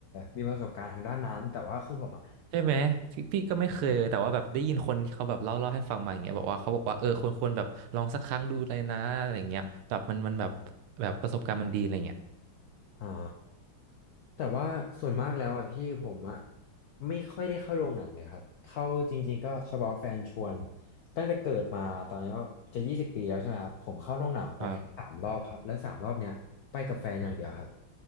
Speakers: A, on the left; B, on the right.
A: มีประสบการณ์ทางด้านนั้นแต่ว่าคือผมอ่ะ
B: ใช่ไหมพี่พี่ก็ไม่เคยแต่ว่าแบบได้ยินคนที่เขาแบบเล่าเล่าให้ฟังมาอย่างเงี้ยบอกว่าเขาบอกว่าเออควรควรแบบลองสักครั้งดูเลยนะอะไรเงี้ยแบบมันมันแบบแบบประสบการณ์มันดีอะไรเงี้ย
A: อ๋อแต่ว่าส่วนมากแล้วอ่ะพี่ผมอ่ะไม่ค่อยได้เข้าโรงหนังเลยครับเข้าจริงๆก็เฉพาะแฟนชวนตั้งแต่เกิดมาตอนนี้ก็จะยี่สิบปีแล้วใช่ไหมครับผมเข้าโรงหนังไปแค่สามรอบครับและสามรอบเนี้ยไปกับแฟนอย่างเดียวครับ
B: ครับ